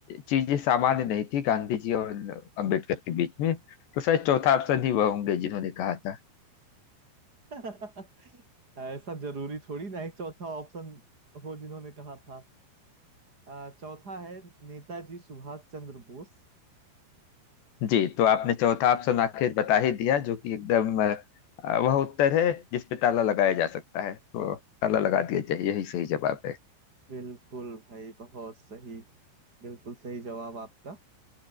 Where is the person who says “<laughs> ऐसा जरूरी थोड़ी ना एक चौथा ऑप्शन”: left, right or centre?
Right